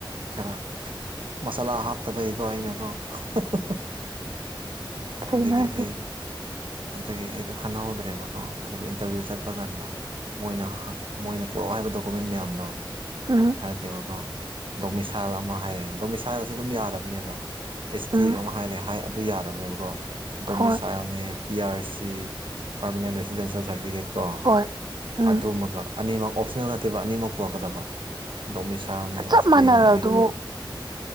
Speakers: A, on the right; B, on the right.
A: ꯈꯔ ꯃꯁꯥꯂꯥ ꯍꯥꯞꯇꯕꯒꯤꯀꯣ ꯑꯩꯅꯀꯣ <unintelligible>
B: ꯀꯩꯅꯣ
A: ꯑꯗꯒꯤ
B: ꯍꯥꯏꯁꯤꯕꯣ
A: ꯑꯩ ꯑꯟꯗꯒꯤ ꯑꯩꯗꯣ ꯈꯟꯅꯍꯧꯗ꯭ꯔꯦꯕꯀꯣ ꯑꯗꯨꯒ ꯏꯟꯇꯔꯚꯤꯌꯨ ꯆꯠꯄ ꯀꯥꯟꯗ ꯃꯣꯏꯅ ꯃꯣꯏꯅ ꯄꯔꯛꯑꯣ ꯍꯥꯏꯕ ꯗꯣꯀꯨꯃꯦꯟ ꯃꯌꯥꯝꯗꯣ
B: ꯎꯝ
A: ꯍꯥꯏꯔꯛꯀꯦꯕꯀꯣ ꯗꯣꯃꯤꯁꯥꯏꯜ ꯑꯃ ꯍꯥꯏꯌꯦ ꯗꯣꯃꯤꯁꯥꯏꯜꯁꯦ ꯑꯗꯨꯝ ꯌꯥꯔꯕꯅꯦꯕ꯫ ꯑꯦꯁ ꯇꯤ
B: ꯎꯝ
A: ꯑꯃ ꯍꯥꯏꯔꯦ ꯍꯥꯏ ꯑꯗꯨ ꯌꯥꯔꯕꯅꯦꯕꯀꯣ꯫ ꯗꯣꯃꯤꯁꯥꯏꯜꯅꯦ
B: ꯍꯣꯏ
A: ꯄꯤ ꯑꯔ ꯁꯤ ꯄꯔꯃꯥꯅꯦꯟ ꯔꯦꯁꯤꯗꯦꯟꯁꯤꯌꯦꯦꯜ ꯁꯔꯇꯤꯐꯤꯦꯠ꯫ ꯀꯣ
B: ꯍꯣꯏ ꯎꯝ
A: ꯑꯗꯨꯃꯒ ꯑꯅꯤꯃꯛ ꯑꯣꯞꯁꯅꯦꯜ ꯅꯠꯇꯦꯕ ꯑꯅꯤꯃꯛ ꯄꯨꯔꯛꯀꯗꯕ ꯗꯣꯃꯤꯁꯥꯅꯦ
B: ꯆꯞ
A: ꯑꯦꯁ ꯇꯗꯤꯅꯦ
B: ꯃꯥꯟꯅꯔ
A: ꯑꯗꯒꯤ
B: ꯑꯗꯨ